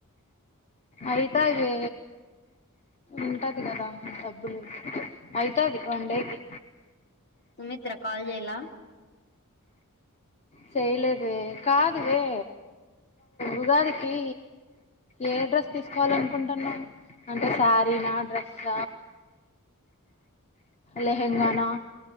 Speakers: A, on the left (about 30°); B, on the left (about 50°).
A: అయితాయి వే ఉంటది కదా డబ్బులు అయితాది వన్ డేకి
B: సుమిత్ర కాల్ జేయాల
A: చేయలేదువే కాదువే ఉగాదికి ఏ డ్రెస్ తీసుకోవాలనుకుంటున్నావ్ అంటే శారీనా డ్రెస్స లెహెంగానా